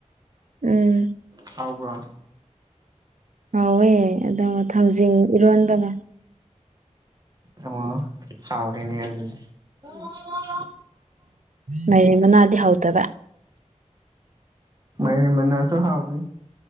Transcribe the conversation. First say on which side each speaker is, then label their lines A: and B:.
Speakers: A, on the right; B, on the right.
A: ꯎꯝ
B: ꯊꯥꯎ ꯄꯨꯔ
A: ꯍꯥꯎꯋꯦ ꯑꯗꯣ ꯊꯥꯡꯖꯤꯡ ꯏꯔꯣꯟꯕꯒ
B: ꯑꯣ ꯍꯥꯎꯅꯤꯗꯤ ꯑ
A: ꯃꯔꯦꯡ ꯃꯅꯥꯗꯤ ꯍꯧꯗꯕ
B: ꯃꯥꯏꯔꯤꯦꯝ ꯃꯅꯥꯁꯨ ꯍꯥꯎꯏꯤ